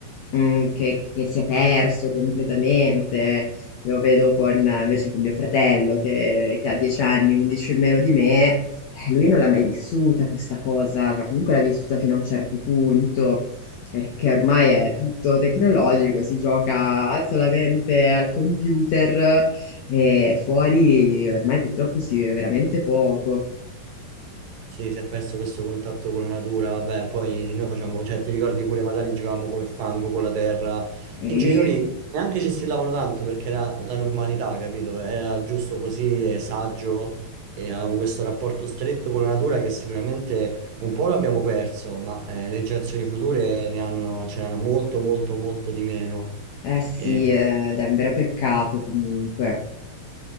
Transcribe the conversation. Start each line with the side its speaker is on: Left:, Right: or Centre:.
Left: Mm, che, che- che si è perso completamente. Io vedo con, invece con mio fratello che, che ha 10 anni, 11 in meno di me, eh, lui non l'ha mai vissuta questa cosa, cioè comunque l'ha vissuta fino a un certo punto, perché ormai è tutto tecnologico, si gioca solamente al computer e fuori ormai purtroppo si vive veramente poco.
Right: Sì, si è perso questo contatto con la natura, vabbè, poi noi facciamo, cioè ti ricordi pure magari giocavamo col fango, con la terra,
Left: Mm,
Right: i genitori neanche ci strillavano tanto perché era la normalità, capito? Era giusto così, e saggio, e avevamo questo rapporto stretto con la natura che sicuramente un po' lo abbiamo perso, ma eh, le generazioni future ne hanno, ce l'hanno molto molto molto di meno.
Left: Eh sì,
Right: E-
Left: eh, ed è un vero peccato comunque.